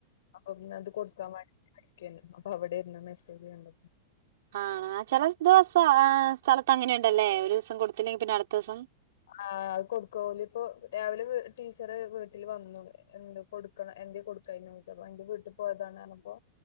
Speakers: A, on the left; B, on the right.
A: അപ്പൊ പിന്നെ അത് കൊടുക്കാൻ വാണ്ടി പൊയ്ക്കേനി. അപ്പൊ അവിടെയിരുന്ന മെസ്സേജ് കണ്ടത്
B: ആഹ് ചില ദിവസ സ്ഥലത്ത് അങ്ങനെണ്ടല്ലേ ഒരു ദിവസം കൊടുത്തില്ലെങ്കിൽ പിന്നെ അടുത്ത ദിവസം
A: ആഹ് അത് കൊടുക്ക ഓല് ഇപ്പൊ രാവിലെ ടീച്ചറ് വീട്ടിൽ വന്നു എന്ത് കൊടുക്കണം എന്തെ കൊടുക്കായിനു ചോദിച്ചു. അപ്പോ എന്റെ വീട്ടിൽ പോയതാണ് പറഞ്ഞപ്പോ